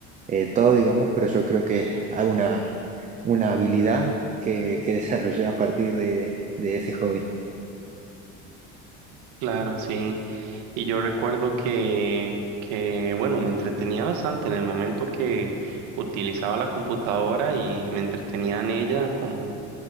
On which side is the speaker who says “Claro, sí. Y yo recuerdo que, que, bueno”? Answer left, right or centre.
Right